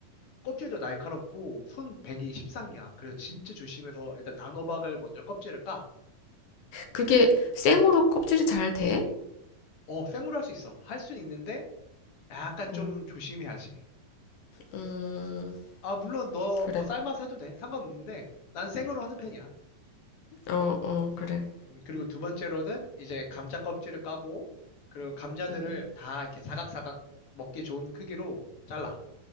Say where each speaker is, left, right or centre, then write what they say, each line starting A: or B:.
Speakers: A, on the left (about 55°); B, on the left (about 75°).
A: 껍질도 날카롭고 손 베기 십상이야. 그래서 진짜 조심해서 일단 단호박을 먼저 껍질을 까.
B: 그게 생으로 껍질이 잘 돼?
A: 어, 생으로 할 수 있어. 할 수는 있는데 약간
B: 어,
A: 좀 조심해야지.
B: 음,
A: 아, 물론 너
B: 그래.
A: 뭐 삶아서 해도 돼. 상관없는데 난 생으로 하는 편이야.
B: 어, 어, 그래.
A: 음, 그리고 두 번째로는 이제 감자 껍질을 까고, 그리고 감자들을
B: 음,
A: 다 이렇게 사각사각 먹기 좋은 크기로 잘라.